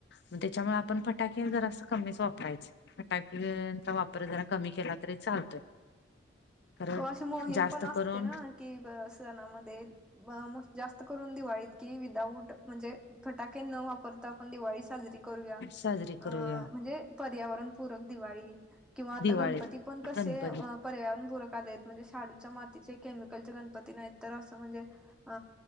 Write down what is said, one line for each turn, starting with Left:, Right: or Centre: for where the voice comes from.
Left: मग त्याच्यामुळे आपण फटाके जरा अस कमीच वापरायचं. फटाकेचा वापर जरा कमी केला तरी चालतोय खरं
Centre: व अशी मोहीम
Left: जास्त
Centre: पण असते
Left: करून
Centre: ना,, कि स सणामध्येऽ स् जास्त करून दिवाळीत, कि विदाऊट म्हणजे फटाके न वापरता आपण दिवाळीऽ साजरी करूया.
Left: साजरी करूया
Centre: अ म्हणजे पर्यावरणपूरक, दिवाळी किंवा आता
Left: दिवाळी,
Centre: गणपती पण कस
Left: गणपती
Centre: पर्यावरणपूरक म्हणजे शाडूच्या मातीचे केमिकलच्या गणपती नाहीत तर असं म्हणजे अ